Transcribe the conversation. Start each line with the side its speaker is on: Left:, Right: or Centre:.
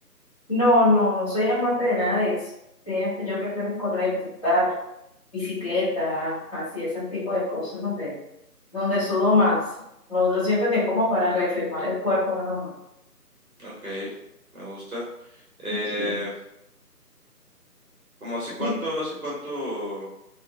Left: No, no, no soy amante de nada de eso. Sí, Yo prefiero correr, trotar, bicicleta, así, ese tipo de cosas donde, donde sudo más. Lo otro siento que es como para reafirmar el cuerpo nada más.
Right: Ok, me gusta. Eh,
Left: Sí.
Right: ¿cómo hace cuánto,
Left: Y
Right: hace cuánto